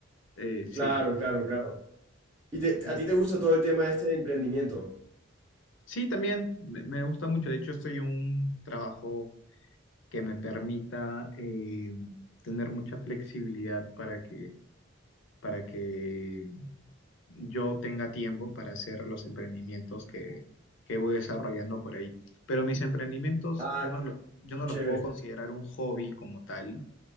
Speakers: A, on the left; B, on the right.
A: Eh, sí,
B: claro, claro, claro. ¿Y te-
A: Ento-
B: a ti te gusta todo el tema este de emprendimiento?
A: sí, también me, me gusta mucho. De hecho, estoy en un trabajo que me permita eh, tener mucha flexibilidad para que, para que yo tenga tiempo para hacer los emprendimientos que, que voy desarrollando por ahí. Pero mis emprendimientos,
B: Ah,
A: yo no, lo- yo
B: qué
A: no
B: chévere.
A: los puedo considerar un hobby como tal